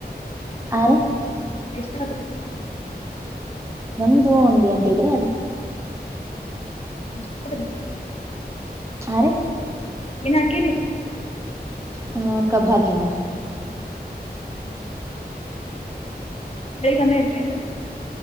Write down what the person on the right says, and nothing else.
ಹಾ ರೀ.
ನಮ್ದು ಒಂದ್ ಎಂಟ ಇದ್ರೆ ಅದೇ
ಹಾರೀ.
ಹ ಕಬ್ಬ ಹಾಕಿವಿ ನೋಡ್ರಿ.